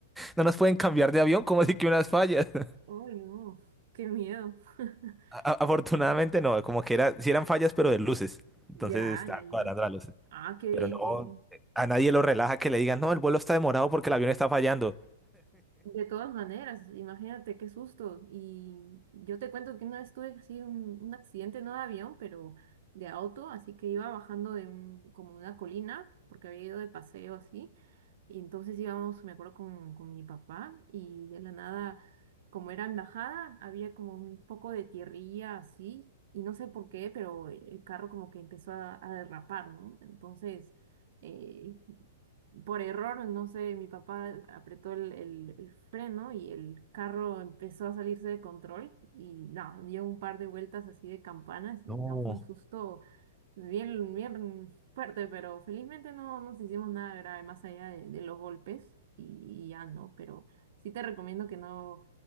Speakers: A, in the centre; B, on the right.
A: ¿No nos pueden cambiar de avión? ¿Cómo así que unas fallas? <laughs>
B: Ay, no, qué miedo. <laughs>
A: A- afortunadamente no, como que era, sí eran fallas, pero de luces. Entonces
B: Ya,
A: estaban
B: ya, ya.
A: cuadrando las luces.
B: Ah, qué
A: Pero
B: bien,
A: no,
B: qué bien.
A: a nadie lo relaja que le digan, no, el vuelo está demorado porque el avión está fallando.
B: De todas maneras, imagínate qué susto. Y yo te cuento que una vez tuve así un, un accidente, no de avión, pero de auto, así que iba bajando de un, como de una colina, porque había ido de paseo así, y entonces íbamos, me acuerdo, con, con mi papá y de la nada, como era en bajada, había como un poco de tierrilla así y no sé por qué, pero el carro como que empezó a, a derrapar, ¿no? Entonces, eh, por error, no sé, mi papá apretó el, el- el freno y el carro empezó a salirse de control y no, dio un par de vueltas así de campanas y
A: No,
B: no fue un susto bien, bien fuerte, pero felizmente no nos hicimos nada grave más allá de, de los golpes y, y ya no, pero sí te recomiendo que no,